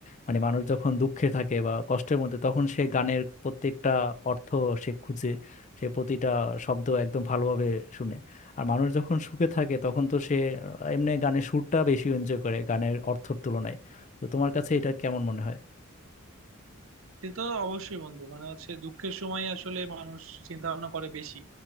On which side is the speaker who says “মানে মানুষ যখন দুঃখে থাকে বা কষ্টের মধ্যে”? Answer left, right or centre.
Left